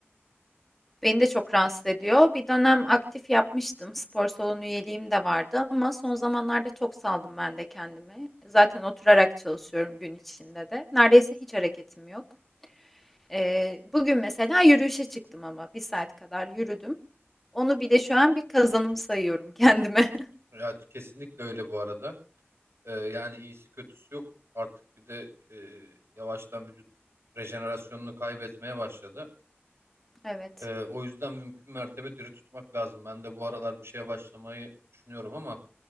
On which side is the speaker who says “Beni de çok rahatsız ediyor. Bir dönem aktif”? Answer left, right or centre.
Centre